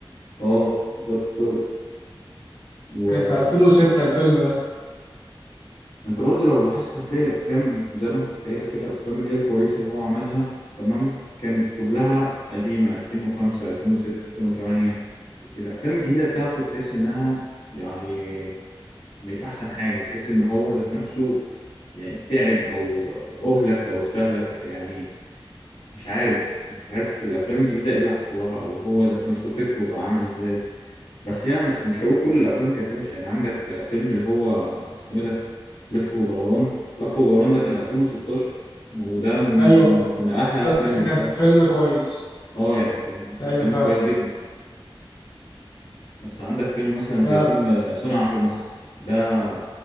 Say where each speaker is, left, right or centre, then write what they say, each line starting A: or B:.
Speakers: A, on the left (about 80°); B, on the left (about 50°).
A: اه ظرف طارق و...
B: كان في 2006 الفيلم ده
A: انت برضو لو لاحظت هتلاقي الافلام زي ما انا كنت قايل لك كده الافلام اللي هي الكويسه اللي هو عملها تمام كانت كلها قديمه 2005 2006 2008 الافلام الجديده بتاعته تحس انها يعني مش احسن حاجه تحس ان هو ذات نفسه يعني تعب او اهلك او استهلك يعني مش عارف مش عارف الافلام الجديده ايه اللي حصل لها او هو ذات نفسه فكره بقى عامل ازاي بس يعني مش مش هقول كل الافلام كانت وحشه يعني عندك فيلم اللي هو اسمه ايه ده لف ودوران لف ودوران ده كان 2016 وده من
B: ايوه
A: من احلى
B: بس
A: افلامه
B: كان
A: بصراحه
B: فيلم كويس
A: اه يعني كان كان
B: ايوه
A: فيلم
B: فعلا
A: كويس جدا بس عندك فيلم مثلا زي
B: فعلا
A: فيلم صنع في مصر ده